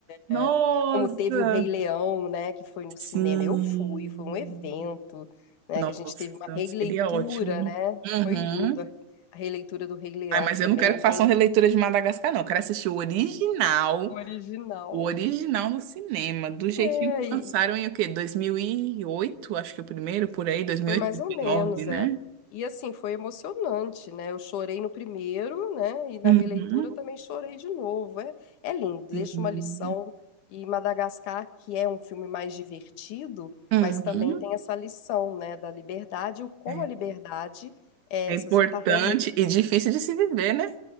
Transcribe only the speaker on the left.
É. Como teve o Rei Leão, né, que foi no cinema.
Eu fui, foi um evento, né,
que a gente teve uma releitura,
né?
Foi linda a releitura do Rei Leão,
que
também
tem
o original.
É,
e
Foi
mais
ou menos,
é. E assim, foi emocionante, né? Eu chorei no primeiro, né? E na
releitura também chorei de novo. É, é lindo, deixa
uma lição. E Madagascar, que é um filme mais divertido,
mas também tem essa lição, né? Da liberdade, o como
a liberdade é,
se você tá realmente.